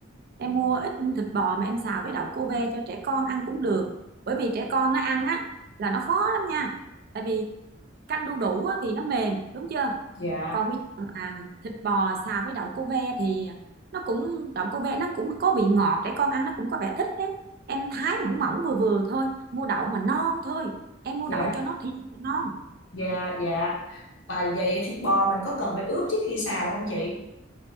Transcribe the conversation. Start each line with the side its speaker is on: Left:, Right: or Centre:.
Right: em mua ít thịt bò mà em xào với đậu cô ve cho trẻ con ăn cũng được bởi vì trẻ con nó ăn á là nó khó lắm nha tại vì canh đu đủ á, thì nó mềm đúng chưa
Left: dạ,
Right: còn bây giờ mà thịt bò xào với đậu cô ve thì nó cũng đậu cô ve nó cũng có vị ngọt trẻ con ăn nó cũng có vẻ thích đấy em thái mỏng mỏng vừa vừa thôi mua đậu mà non thôi em mua
Left: dạ,
Right: đậu cho nó thiệt là non
Left: dạ, dạ. À, vậy thịt bò mình có cần phải ướp trước khi xào không chị?